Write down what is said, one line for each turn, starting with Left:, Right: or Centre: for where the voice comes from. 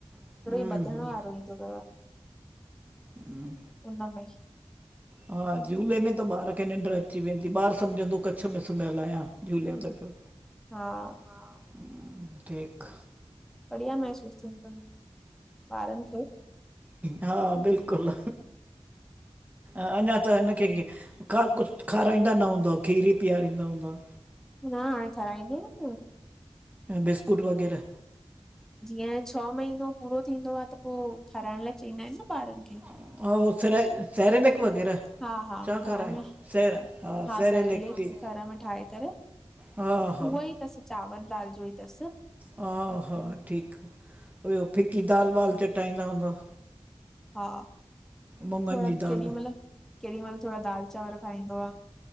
Right: उहो
Centre: हिकिॾो इयो ॿधण वारो इंदो तव।
Right: हं।
Centre: उन्नमे।
Right: हा, झूले में त ॿार खें निंड अची वेन्दी। ॿार सम्झदो कच्छ में सुमियलु आहियां। झूले में त पो
Centre: हा।
Right: हा, ठीक।
Centre: बढ़िया महसूस थींदो ॿारनि खें। <unintelligible>
Right: हां बिल्कुल! अञां त हिनखे खा कुछु खाराईंदा न हूंदओ खीर ई पीआरींदा हूंदआ।
Centre: न हाणे ठाराईंदी न <unintelligible>
Right: बिस्कुट वग़ैरह
Centre: ॼीअं छह महीनों पूरो थींदो आहे त पोइ खाराइण लाई चवंदा आहिनि न ॿारनि खे।
Right: हां उहो सरेलेक सरेलेक वग़ैरह
Centre: हा हा
Right: छा
Centre: घर
Right: खाराइनि
Centre: में
Right: सेरे
Centre: हा
Right: सेरेलेक ती
Centre: घर में ठाहे करे
Right: हा।
Centre: उहो ई थसि चावर दाल जो ई अथसि
Right: हा हा। ठीकु आ ॿियो फिकी दालि वाल चटाईंदा हूंदौ।
Centre: हा,
Right: मुङनि
Centre: थोरा
Right: जी दाल
Centre: केॾी महिल केॾी महिल थोरा दाल चांवर खाईंदो आ